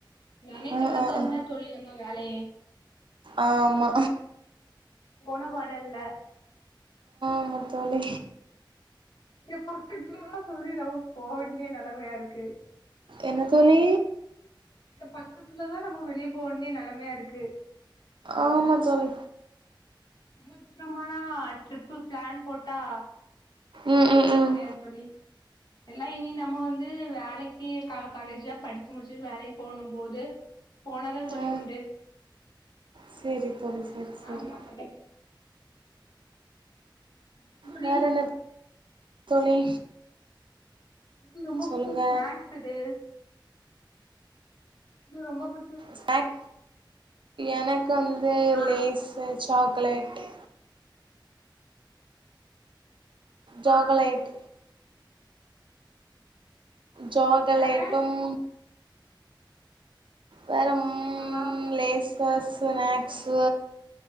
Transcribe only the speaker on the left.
நெனைக்கற்தான்ன
தோழி நம்ம வேலையே
போனபாடல்ல
இங்க பக்கத்துல தா தோழி நம்ம போ வேண்டிய நெலமயா இருக்கு
இங்க பக்கத்துலதா நம்ம வெளிய போ வேண்டிய நெலமயா இருக்கு
ரொம்ப தூரமாலா ட்ரிப்பு ப்ளான் போட்டா
போக
முடியாது தோழி எல்லா இனி நம்ம வந்து வேலைக்கி க காலேஜ்ல்லா படிச்சு முடிச்சுட்டு வேலைக் போவ்ணு போது போனாதா தோழி
உண்டு
ஆமா தோழி அப்றோ தோழி
<unintelligible> ரொம்ப
புடிச்ச ஸ்நாக்ஸ் எது இது ரொம்ப புடிச்
ஆ
ஆ
வேற
ஆ